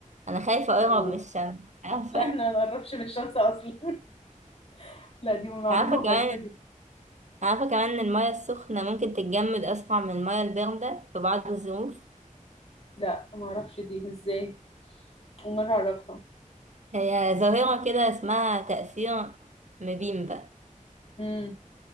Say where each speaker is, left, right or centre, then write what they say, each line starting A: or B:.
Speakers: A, on the right; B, on the left.
A: أنا خايفة أقرب
B: أوه.
A: من الشمس عارفة
B: لا احنا ما نقربش من الشمس أصلا <laughs> لا دي معلومة
A: عارفة كمان
B: غريبة جدا
A: عارفة كمان إن المياه السخنة ممكن تتجمد أسرع من المياه الباردة في بعض الظروف
B: لا ما أعرفش دي ازاي أول مرة أعرفها
A: هي ظاهرة كده اسمها تأثير مبيم بقى
B: امم